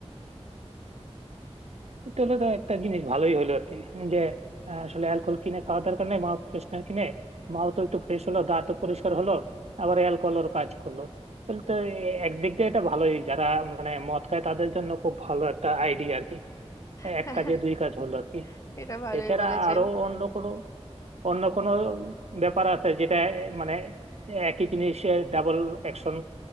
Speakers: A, on the right; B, on the left.
A: তাহলে তো একটা জিনিস ভালোই হলো আর কি যে আহ, আসলে অ্যালকোহল কিনে খাওয়া দরকার নেই মা ফ্রেশনার কিনে মাও তো একটু ফ্রেশ হলো দাঁতও পরিষ্কার হলো আবার অ্যালকোহলের কাজ করলো তাহলে তো এ- একদিক দিয়ে এটা ভালোই যারা মানে মদ খায় তাদের জন্য খুব ভালো একটা আইডিয়া আর কি
B: <laughs>
A: এক কাজে দুই কাজ হলো আর কি
B: এটা ভালোই
A: এছাড়া
B: বলেছেন
A: আরো অন্য কোনো অন্য কোনো ব্যাপার আছে যেটা এ, মানে একই জিনিস ডাবল অ্যাকশন